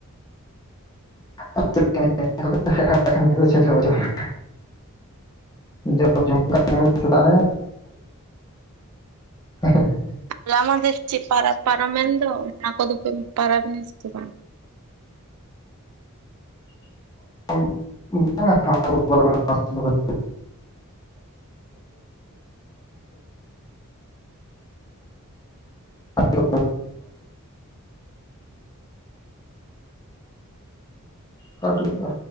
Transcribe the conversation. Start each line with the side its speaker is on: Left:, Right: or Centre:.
Left: ᱟᱨ ᱪᱮᱫ ᱠᱟᱹᱢᱤ ᱚᱲᱟᱜ ᱨᱮᱫᱚ ᱮᱠᱷᱚᱱ ᱠᱟᱹᱢᱤ ᱠᱚᱫᱚ ᱪᱮᱫ ᱜᱮ ᱦᱟᱸ ᱱᱟ᱾ ᱡᱟᱜᱮ ᱡᱚᱢ ᱠᱟᱜ ᱠᱟᱱᱟ ᱞᱮ ᱥᱮᱛᱟᱜ ᱨᱮ <unintelligible>
Right: ᱦᱚᱞᱟ ᱢᱟᱫᱷᱮᱨ ᱪᱮᱫ ᱯᱟᱨᱟᱵᱽ ᱯᱟᱨᱚᱢᱮᱱ ᱫᱚ ᱚᱱᱟ ᱠᱚᱫᱚ ᱯᱮ ᱯᱟᱨᱟᱵᱽᱱᱟ ᱥᱮ ᱵᱟᱝ?
Left: <unintelligible> <unintelligible> ᱠᱟᱴ <unintelligible>